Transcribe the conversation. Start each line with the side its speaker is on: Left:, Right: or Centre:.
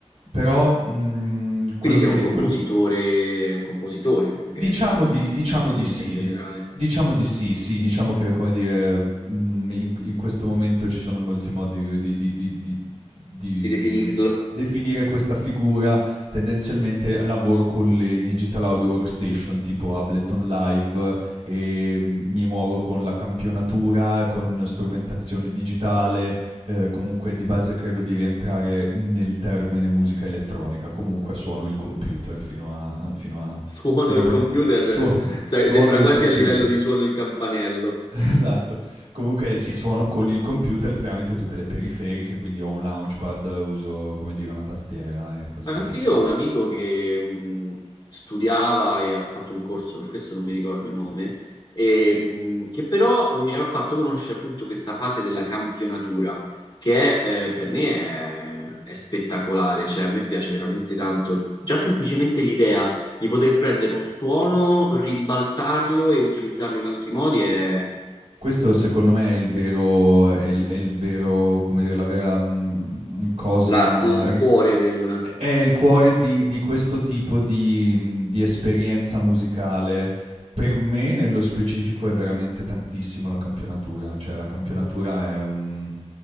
Right: però, mhmm, quello
Left: Quindi
Right: che
Left: sei un compositore,
Right: quello
Left: un compositore più
Right: Diciamo
Left: che musici-
Right: di, diciamo
Left: musicista
Right: di sì,
Left: in generale,
Right: di- diciamo di sì, sì, diciamo che come dire, mm, in, in questo momento ci sono molti modi di, di- di- di- di,
Left: di
Right: mm,
Left: definirlo.
Right: definire questa figura. Tendenzialmente lavoro con le digital audio workstation tipo Ableton Live e mm, mi muovo con la campionatura, con strumentazione digitale, eh, comunque di base credo di rientrare nel termine musica elettronica, comunque suono il computer fino a fino
Left: <laughs>
Right: a
Left: Suono
Right: Fino
Left: il
Right: a prova
Left: computer,
Right: <laughs> suo
Left: <laughs> sai,
Right: suono
Left: sembra
Right: il
Left: quasi
Right: computer.
Left: a livello di suono il campanello.
Right: <laughs> Esatto. Comunque sì, suono con il computer tramite tutte le periferiche, quindi ho un launchpad, uso, come dire, una tastiera e cose
Left: Anche
Right: di questo
Left: io
Right: tipo.
Left: ho un amico che mh, studiava e ha fatto un corso, per questo non mi ricordo il nome, e, mh, che però mi aveva fatto conoscere appunto questa fase della campionatura, che è, eh, per me è, è spettacolare, cioè a me piace veramente tanto. Già semplicemente l'idea di poter prendere un suono, ribaltarlo e utilizzarlo in altri modi è
Right: Questo secondo me è il vero è il è il vero come dire, la vera, mhmm, cosa
Left: l'ar- il
Right: ri
Left: cuore
Right: è
Left: del...
Right: è il cuore di di questo tipo di mhmm, di esperienza musicale. Per me, nello specifico, è veramente tantissimo la campionatura, cioè la campionatura è un